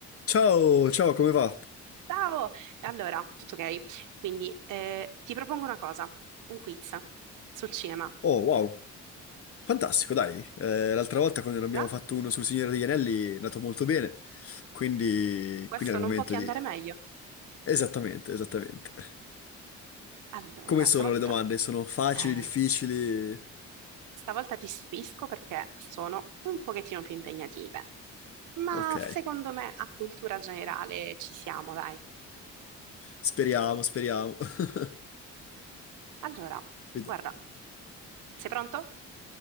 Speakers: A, on the left; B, on the right.
A: Ciao, ciao, come va?
B: Ciao! Allora, tutto ok? Quindi eh, ti propongo una cosa, un quiz sul cinema.
A: Oh, wow, fantastico, dai. Eh, l'altra volta quando ne abbiamo
B: Ti va?
A: fatto uno sul Signore degli Anelli è andato molto bene, quindi,
B: Questo
A: quindi è
B: non
A: il momento
B: può che
A: di...
B: andare meglio.
A: Esattamente, esattamente.
B: Allora,
A: Come sono
B: stavolta,
A: le domande? Sono facili,
B: eh,
A: difficili?
B: stavolta ti stupisco perché sono un pochettino più impegnative, ma
A: Ok,
B: secondo me a cultura generale ci siamo, dai.
A: speriamo, speriamo. <laughs>
B: Allora,
A: Ved-
B: guarda, sei pronto?